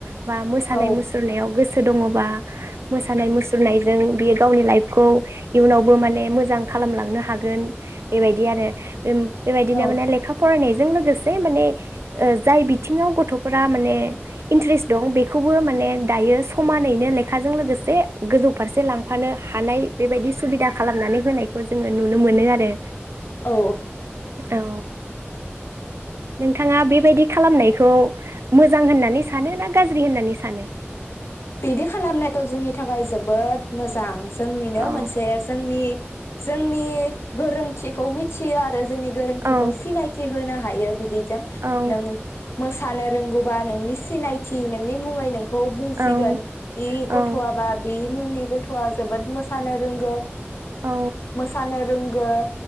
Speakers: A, on the right (about 80°); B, on the left (about 70°).
A: बा मोसानाय
B: औ
A: मुसुरनायाव गोसो दङबा मोसानाय मुसुरनायजों बियो गावनि लाइफखौ। इयुनावबो माने मोजां खालामलांनो हागोन। बेबायदि आरो। उम बेबायदिनो
B: औ
A: माने लेखा फरायनायजों लोगोसे माने। जाय बिथिङाव गथफोरा माने इन्ट्रेस्ट दं बेखौबो माने दायो समानैनो लेखाजों लोगोसे गोजौ फारसे लांफानो हानाय बेबायदि सुबिदा खालामनानै होनायखौ जोंङो नुनो मोनो आरो।
B: औ
A: औ नोंथाङा बेबायदि खालामनायखौ मोजां होननानै सानो ना गाज्रि होननानै सानो।
B: बिदि खालामनायाथ जोंनि थाखाय जोबोद मोजां। जोंनिनो
A: औ
B: मोनसे जोंनि। जोंनि गोरोंथिखौ मिथियो आरो। जोंनि गोरोनथिखौ
A: औ
B: सिनायथि होनो हा हायो बिदि। दों
A: औ
B: नों मोसानो रोंगौ। बा नोंनि सि सिनायथि नोंनि मुङै नोंखौ बुं सिगोन
A: औ
B: बे गथ'आबा
A: औ
B: बे मुंनि गथ'आ जोबोद मोसानो रोंगो
A: औ
B: मोसानो रों गो